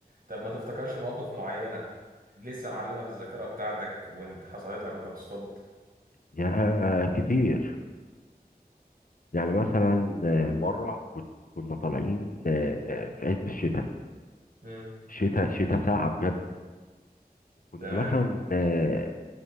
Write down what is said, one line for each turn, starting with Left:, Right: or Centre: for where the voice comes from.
Right: طب ما تفتكرش مواقف معينة لسه معلمة في الذاكرة بتاعتك وانت حصلت لك وانت بتصطاد
Left: يا كتير يعني مثلا آه، مرة كنت كنا طالعين آه، في عز الشتاء
Right: امم
Left: شتاء شتاء ساقعة بجد كنا
Right: تمام
Left: مثلا آه،